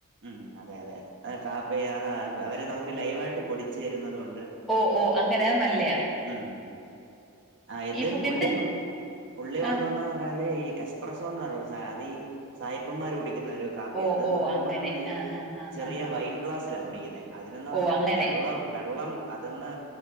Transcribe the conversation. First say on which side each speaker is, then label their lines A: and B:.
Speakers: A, on the right (about 55°); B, in the centre.
A: ഉം അതെ അതെ അതെ കാപ്പി അത അവരെ നമുക്ക് ലൈവായിട്ട് പൊടിിച്ചു തരുന്നതുംണ്ട്
B: ഓ ഓ അങ്ങനെ നല്ലയാാ
A: ഉം ആ ഇത്
B: ഫുഡിന്റെ
A: പുള്ളി പുള്ളി കൊണ്ടോന്ന്
B: ആ
A: പറഞ്ഞാല് ഈ എസ്പ്രസോന്ന് പറ അതീ സായിപ്പുംമാരൂടി ുന്ന ഒരു കാപ്പി
B: ഓ
A: അതന്ന്
B: ഓ
A: പറയുമ്പോ
B: അങ്ങനെ
A: നമ്മുടെ ഈ
B: ആ ഹാ ഹാ
A: ചെറിയ
B: ഹാ ഹാ
A: വൈൻ ഗ്ലാസ് ചില കുടിക്കുന്നത് അതിനന്ന് പറഞ്ഞാ
B: ഓ അങ്ങനെ
A: വെള്ളം വെള്ളം അതൊന്ന്